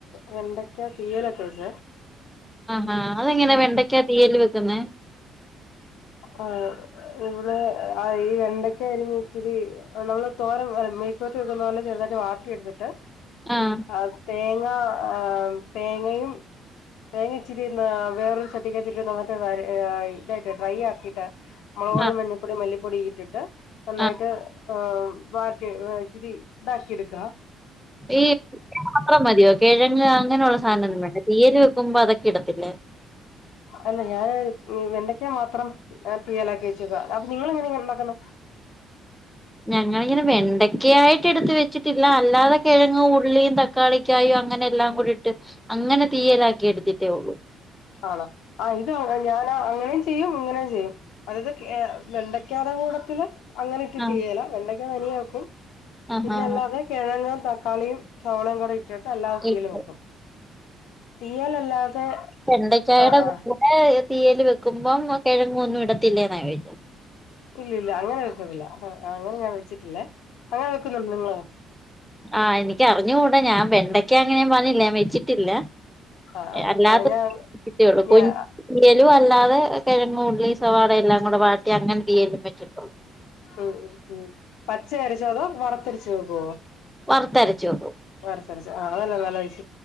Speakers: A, on the left; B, in the centre.
A: വെണ്ടക്കാ തീയലൊക്കെ വച്ചേ
B: ആ ആ അതെങ്ങനെയാ വെണ്ടക്കാ തീയല് വെക്കുന്നെ
A: ആ ഇവിടെ ആ ഈ വെണ്ടക്ക അരിഞ്ഞ് ഇച്ചിരി നമ്മള് തോരൻ പോലെ മെഴുക്കു വരട്ടി വയ്ക്കുന്ന പോലെ ചെുതായിട്ട് വാട്ടിയെടുത്തിട്ട്
B: ആഹ്
A: ആ തേങ്ങ ആ തേങ്ങയും തേങ്ങ ഇച്ചിരി ന്ന വേറൊരു ചട്ടിക്കാകത്തിട്ട് നന്നായിട്ട് വര ആ ഇതായിട്ടെ ഡ്രൈ ആക്കീട്ട് മുളക് പൊടിം
B: ആഹ്
A: മഞ്ഞൾപ്പൊടിം മല്ലിപ്പൊടി ഇട്ടിട്ട് നന്നായിട്ട്
B: ആഹ്
A: ആ വരട്ടി ഇച്ചിരി ഇതാക്കി എടുക്കാ
B: ഈ മാത്രം മതിയോ കിഴങ്ങ് അങ്ങനെയുള്ള സാധനം ഒന്നും വേണ്ടേ തീയല് വക്കു മ്പേ അതൊക്കെ ഇടത്തില്ലേ.
A: അല്ല ഞാന് വെണ്ടയ്ക്ക മാത്രം തീ്യാലാക്കി വെച്ചേക്കുവാ. അപ്പെ നിങ്ങള് എങ്ങനെ ഉണ്ടാക്കുന്നെ?
B: ഞങ്ങളിങ്ങനെ വെണ്ടക്കായിട്ട് എടുത്ത് വെച്ചിട്ടില്ല. അല്ലാതെ കിഴങ്ങും ഉള്ളിയും തക്കാളിക്കായു അങ്ങനെ എല്ലാം കൂടിട്ട് അങ്ങനെ തീയലാക്കി എടുത്തിട്ടേ ഒള്ളൂ.
A: ആണോ ആ ഇത് ഞാനാ അങ്ങനെയും ചെയ്യും ഇങ്ങനെയും ചെയ്യും. അതത് കേ വെണ്ടയ്ക്കാന കൂടത്തില് അങ്ങനെ ഇട്ട്
B: ആഹ്
A: ചെയ്യേല. വെണ്ടയ്ക്ക തനിയെ വെക്കും
B: ആഹ്
A: പിന്നെ
B: ആഹ്
A: അല്ലാതെ കിഴങ്ങ് തക്കാളിയും സവോളേയും കൂടി ഇ ട്ടട്ട് അല്ലാതെ തീയല്
B: ഇട്ട്
A: വെക്കും. തീയലല്ലാതെ
B: വെണ്ടക്കായയുടെ
A: ആ ആ
B: കൂടെ തീയൽ വെക്കുമ്പം കിഴങ്ങ് ഒന്നും ഇടത്തില്ലെന്നാ ചോയിച്ചേ
A: ഇല്ല ഇല്ല അങ്ങനെ വെക്കുന്നില്ല അപ്പെ അങ്ങനെ ഞാൻ വെച്ചിട്ടില്ലേ. അങ്ങനെ വെക്കുന്നുണ്ടോ നിങ്ങള്.
B: ആ എനിക്ക് അറിഞ്ഞൂടാ ഞാൻ വെണ്ടക്ക അങ്ങനെയും പറഞ്ഞ് ഞാൻ വെച്ചിട്ടില്ല.
A: ആ ആ
B: അല്ലാതെ
A: ആ ഞാൻ
B: കുട്ടികള്
A: ഞാ
B: <unintelligible> അല്ലാതെ കിഴങ്ങ് ഉള്ളി സവാള എല്ലാം കൂടെ വാട്ടി അങ്ങനെ തീയലും വച്ചിട്ടുള്ളൂ.
A: ഉ ഉം ഉം പച്ചയരച്ചോ അതോ വറുത്തരച്ച് വെക്കോ?
B: വർത്തരച്ചു വക്കും
A: വറുത്തരച്ച് ആ അതല്ല നല്ല ടേസ്